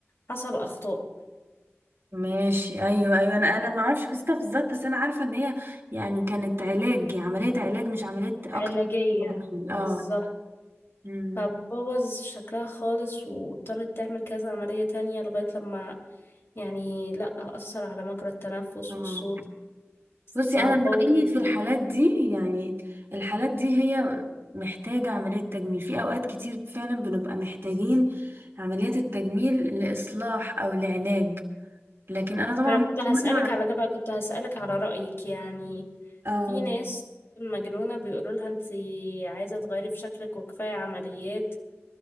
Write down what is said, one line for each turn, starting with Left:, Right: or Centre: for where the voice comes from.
Left: حصل اخطاء
Right: ماشي ايوه ايوه انا انا ما اعرفش قصتها بالظبط بس انا عارفه ان هي يعني كانت علاج عمليه علاج مش عمليه اكتر
Left: علاجيه
Right: اه
Left: بالظبط
Right: امم
Left: فبوظ شكلها خالص واضطرت تعمل كذا عملية تانية لغاية لما يعني لأ أثر على مجرى التنفس
Right: اه
Left: والصوت
Right: بصي
Left: فبوظ
Right: انا رايي
Left: الدنيا
Right: في الحالات دي يعني الحالات دي هي محتاجه عمليه تجميل في اوقات كتير فعلا بنبقى محتاجين عمليات التجميل لاصلاح او لعلاج لكن انا طبعا
Left: أنا كنت هسألك
Right: مش مع
Left: على ده بقى كنت هسألك على رأيك يعني
Right: او
Left: في ناس مجنونة بيقولوا لها أنت عايزة تغيري في شكلك وكفاية عمليات